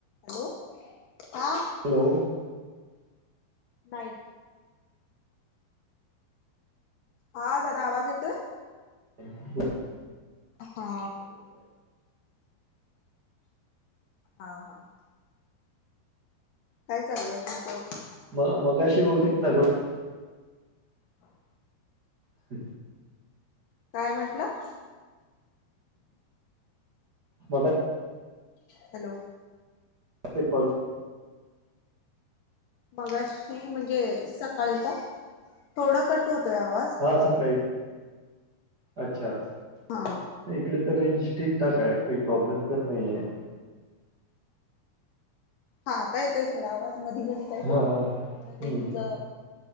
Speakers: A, on the left; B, on the right.
A: Hello हा.
B: Hello.
A: नाही. हा दादा आवाज येतोय?
B: हं बो
A: हा. हा हा ह काय चालू आहे तुमचं
B: मग मगाशी बहुतीिक लागल
A: हां
B: हम्
A: काय म्हंटलं
B: मग
A: हॅलो
B: स कॉल
A: मगाशी म्हणजे सकाळी का थोडा कट होतोय आवाज
B: हां सकाळी अच्छा
A: हा
B: इकडे तर रेंज ठीकठाक आहे काही प्रॉब्लेम तर नाही आहे
A: हा आता येतोय थोडा आवाज मधी मधी काहीतरी
B: हा
A: थोड
B: हम्म
A: रेंच
B: हम्म